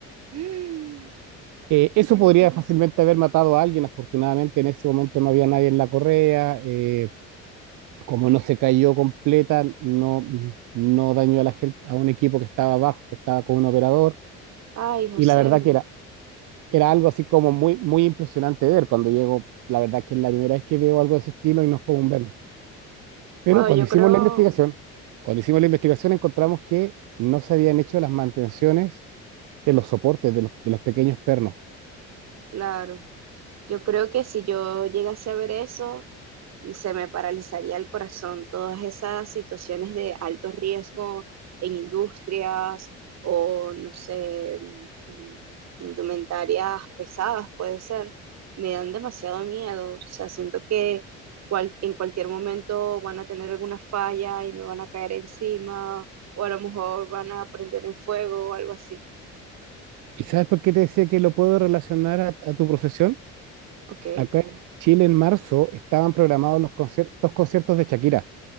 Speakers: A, on the right; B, on the right.
A: Y
B: Eh, eso
A: entonces,
B: podría fácilmente haber matado a alguien. Afortunadamente, en ese momento no había nadie en la correa. eh, como no se cayó completa, no, no dañó a la gente, a un equipo que estaba abajo, que estaba con un operador.
A: ay, José,
B: Y la verdad que era era algo así como muy, muy impresionante ver cuando llego. La verdad que es la primera vez que veo algo de ese estilo y no es común verlo. Pero
A: wow,
B: cuando
A: yo
B: hicimos
A: creo,
B: la investigación, cuando hicimos la investigación encontramos que no se habían hecho las mantenciones de los soportes, de los, de los pequeños pernos.
A: claro. Yo creo que si yo llegase a ver eso, se me paralizaría el corazón. Todas esas situaciones de alto riesgo en industrias o, no sé, mm, indumentarias pesadas, puede ser, me dan demasiado miedo. O sea, siento que cual- en cualquier momento van a tener alguna falla y me van a caer encima o a lo mejor van a prender en fuego o algo así.
B: ¿Y sabes por qué te decía que lo puedo relacionar a, a tu profesión?
A: Ok,
B: Acá en Chile en marzo estaban programados los conciertos, conciertos de Shakira